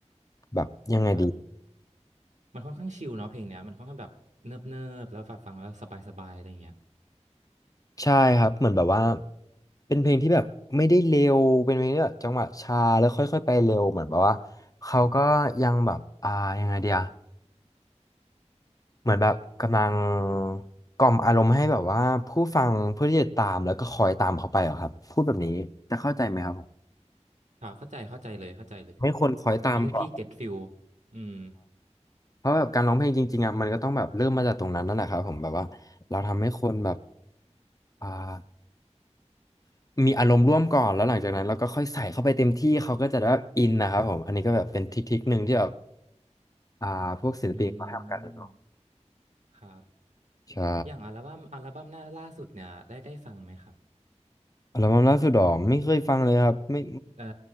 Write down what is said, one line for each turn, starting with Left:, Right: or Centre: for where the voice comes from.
Left: แบบยังไงดี
Right: ครับ มันค่อนข้างชิลเนาะเพลงเนี้ยมันค่อนข้างแบบเนิบเนิบแล้วแบบฟังแล้วสบายสบายอะไรเงี้ย
Left: ใช่ครับเหมือนแบบว่าเป็นเพลงที่แบบไม่ได้เร็วเป็นเพลงที่แบบจังหวะช้าแล้วค่อยๆไปเร็วเหมือนแบบว่าเขาก็ยังแบบอ่ายังไงเดียเหมือนแบบกำลังกล่อมอารมณ์ให้แบบว่าผู้ฟังเพื่อที่จะตามแล้วก็คอยตามเขาไปเหรอครับพูดแบบนี้จะเข้าใจไหมครับผม
Right: ค่ะเข้าใจเข้าใจเลยเข้าใจเลย
Left: ไม่ควรคอยตามก่อน
Right: พี่ก็พี่เก็ตฟิลอืม
Left: เพราะแบบการร้องเพลงจริงๆอ่ะมันก็ต้องแบบเริ่มมาจากตรงนั้นนั่นแหละครับผมแบบว่าเราทำให้คนแบบ อ่ามีอารมณ์ร่วมก่อนแล้วหลังจากนั้นเราก็ค่อยใส่เข้าไปเต็มที่เขาก็จะได้อินนะครับผมอันนี้ก็แบบเป็นทริคๆหนึ่งที่แบบอ่าพวกศิลปินเขาทำกันเนาะ
Right: อืมครับ
Left: ใช่
Right: อย่างอัลบั้มอัลบั้มหน้าล่าสุดเนี่ยได้ได้ฟังไหมครับ
Left: อัลบั้มล่าสุดหรอไม่เคยฟังเลยครับไม่
Right: เอ่อ